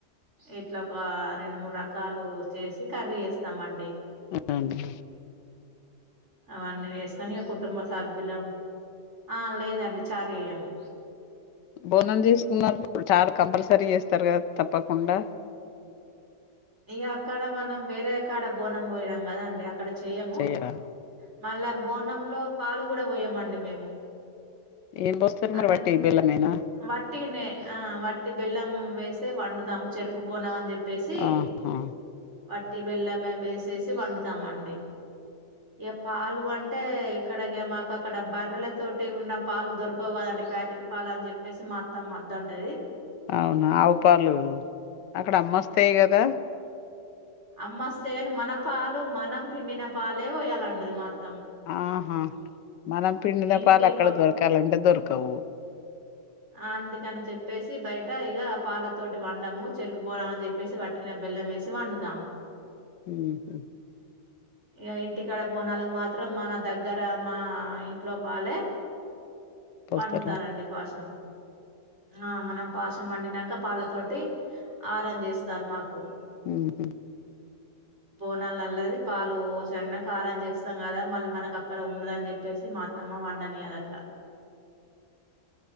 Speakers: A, on the right (about 40°); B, on the left (about 85°).
A: ఇట్లా ఒక రెండు మూడు రకాలు చేసి కర్రీ ఇస్తామండి
B: అవును అండి
A: అవన్నీ వేసుకోని ఇగ కుటుంబ సభ్యులం ఆ లేదండి చార్ చేయము
B: బోనలు తీసుకున్నాప్పుడు చార్ కంపల్సరీ చేస్తారు కదా తప్పకుండా
A: ఇగ అక్కడ మనం వేరే కాడా బోనం పోయడం కదా అండి అక్కడ చేయము
B: చేయరా
A: మళ్ళా బోనంలో పాలు కూడా పోయమండి మేము
B: ఏం పోస్తారు మరి
A: అందరు
B: వట్టి బెల్లమేనా
A: వట్టిగనే ఆ వట్ బెల్లం వేస్తే వండుతాము చెరుకు బోనం అని చెప్పి వేసి
B: ఆహా
A: వాటి బెల్లమే వేసేసి వ వండుతం అండి ఇక పాలు అంటే ఇక్కడ ఇగ మాకు అక్కడ బర్రెల తోటి ఉన్న పాలు దొరకవు కదండి ప్యాకెట్ పాలు అని చెప్పేసి మా అత్తమ్మ వద్దంటది
B: అవున ఆవుపాలు అక్కడ అమ్మస్తాయి కదా
A: అమ్మ అస్తాయి కాని మన పాలు మనం పిండిన పాలే పోయాలంటది మా అ
B: ఆహా మనం పిండిన
A: ఇంటి
B: పాలు అక్కడ దొరకాలంటే దొరకవు
A: ఆ అందుకని చెప్పేసి బయట ఇక పాలతోటి వండము చెరుకుబోనాం అని చెప్పేసి వట్టిగానే బెల్లం వేసి వండుతాము
B: ఉహు
A: ఇగ ఇంటికాడ బోనాలగు మాత్రం మన దగ్గర మా ఇంట్లో పాలే
B: పోస్తారా
A: వండుతారండి పాశం ఆ మనం పాశం వండినాక పళ్ళతోటి ఆరం చేస్తారు మాకు
B: ఉహు
A: బోన్నలాల్లది పాలు పోసన్న కారం చేస్తాం కదా మళ్ళీ మనకు అక్కడ ఉండదని చెప్పేసి మా అత్తమ్మ వండనియదు అట్లా